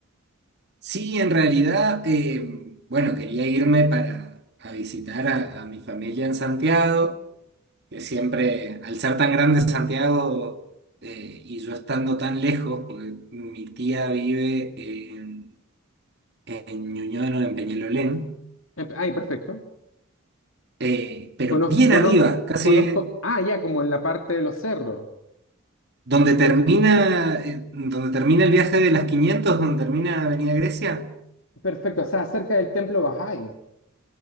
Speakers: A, on the right (about 50°); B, on the left (about 65°).
A: Sí, en realidad, eh, bueno, quería irme para a visitar a, a mi familia en Santiago, que siempre, al ser tan grande Santiago, eh, y yo estando tan lejos, porque mi tía vive en, en Ñuñoa, no, en Peñalolén,
B: Eh, Ay, perfecto.
A: eh, pero
B: Conozco,
A: bien
B: conozco,
A: arriba, casi
B: conozco. Ah, ya, como en la parte de los cerros.
A: Donde termina, eh, donde termina el viaje de las 500, donde termina Avenida Grecia,
B: Perfecto, o sea, cerca del templo Bahá'í.